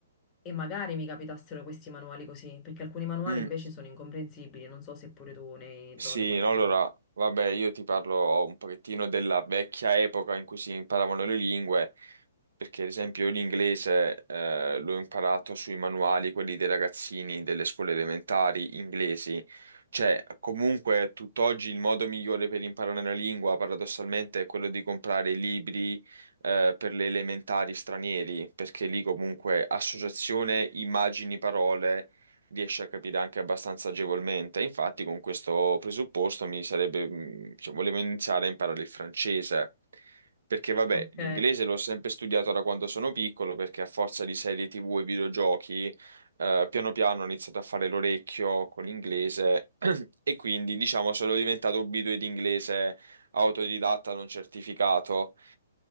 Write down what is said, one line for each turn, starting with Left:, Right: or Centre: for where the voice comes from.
Left: e magari mi capitassero questi manuali così, perché alcuni manuali
Right: Mm.
Left: invece sono incomprensibili, non so se pure tu ne hai
Right: Sì,
Left: trovato qualcuno.
Right: no, allora, vabbè, io ti parlo un pochettino della vecchia epoca in cui si imparavano le lingue, perché ad esempio io l'inglese eh, l'ho imparato sui manuali, quelli dei ragazzini delle scuole elementari inglesi. Cioè, comunque, tutt'oggi il modo migliore per imparare una lingua, paradossalmente, è quello di comprare i libri eh, per le elementari stranieri, perché lì comunque associazione, immagini, parole riesce a capire anche abbastanza agevolmente. Infatti, con questo presupposto mi sarebbe, mh, cioè, volevo iniziare a imparare il francese. Perché, vabbè,
Left: Ok,
Right: l'inglese l'ho sempre studiato da quando sono piccolo, perché a forza di serie TV e videogiochi, eh, piano piano ho iniziato a fare l'orecchio con l'inglese <clears throat> e quindi, diciamo, sono diventato B2 di inglese autodidatta non certificato.